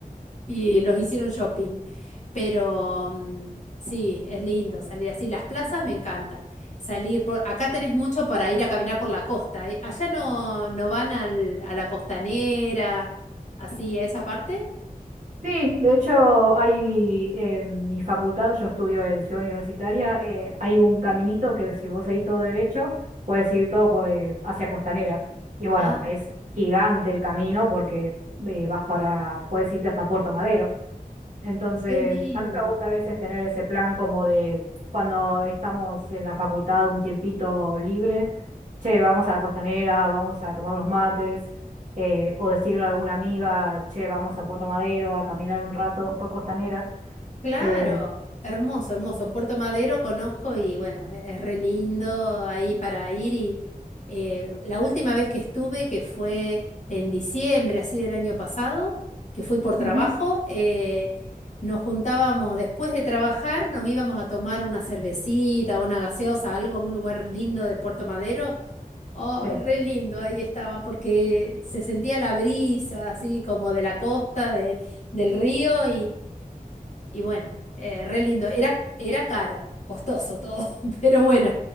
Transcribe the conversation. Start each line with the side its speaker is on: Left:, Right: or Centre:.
Left: y los hicieron shopping. Pero mm, sí, es lindo salir así. Las plazas me encanta. Salir por acá tenés mucho para ir a caminar por la costa, ¿eh? Allá no, no van al, a la costanera, así a esa parte.
Right: Sí, de hecho hay en mi facultad, yo estudio en Ciudad Universitaria, eh, hay un caminito que si vos seguís todo derecho, puedes ir todo por, eh, hacia Costanera. Y bueno,
Left: Ah,
Right: es gigante el camino porque eh, vas para, puedes irte hasta Puerto Madero. Entonces,
Left: qué lindo.
Right: a mí me gusta a veces tener ese plan como de cuando estamos en la facultad un tiempito libre, che, vamos a la costanera, vamos a tomar unos mates, eh, o decirle a alguna amiga, che, vamos a Puerto Madero a caminar un rato por costanera.
Left: Claro,
Right: eh,
Left: hermoso, hermoso. Puerto Madero conozco y bueno, e- es re lindo ahí para ir y eh, la última vez que estuve, que fue en diciembre, así del año pasado, que fui por trabajo,
Right: ujú,
Left: eh, nos juntábamos después de trabajar, nos íbamos a tomar una cervecita, una gaseosa, algo, un lugar lindo de Puerto Madero. Ay,
Right: sí.
Left: re lindo, ahí estaba, porque se sentía la brisa así como de la costa, de, del río y bueno, eh, re lindo. Era, era caro, costoso todo, <laughs> pero bueno,